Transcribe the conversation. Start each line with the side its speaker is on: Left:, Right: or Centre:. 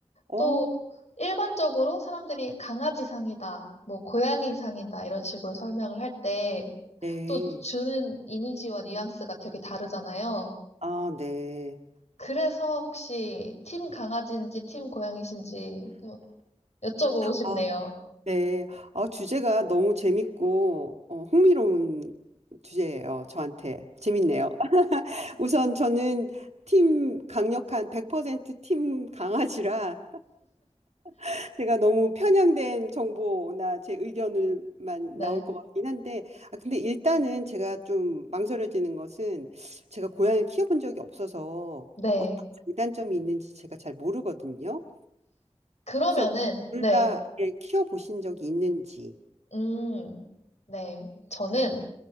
Right: 어,
Left: 또 일반적으로 사람들이 강아지상이다, 뭐 고양이상이다, 이런 식으로 설명을 할 때,
Right: 네.
Left: 또 주는 이미지와 뉘앙스가 되게 다르잖아요.
Right: 아, 네.
Left: 그래서 혹시 팀 강아지인지 팀 고양이신지 또 여쭤보고 싶네요.
Right: 아, 네. 아, 주제가 너무 재밌고, 어, 흥미로운 주제예요. 저한테. 재밌네요. 우선 저는 팀 강력한 100%팀 강아지라 <laughs> 제가 너무 편향된 정보나 제 의견을만
Left: 네.
Right: 나올 것 같긴 한데 아 근데 일단은 제가 좀 망설여지는 것은 제가 고양이를 키워본 적이 없어서
Left: 네.
Right: 어떤 장단점이 있는지 제가 잘 모르거든요.
Left: 그러면은,
Right: 그래서 둘
Left: 네.
Right: 다 키워보신 적이 있는지
Left: 음, 네. 저는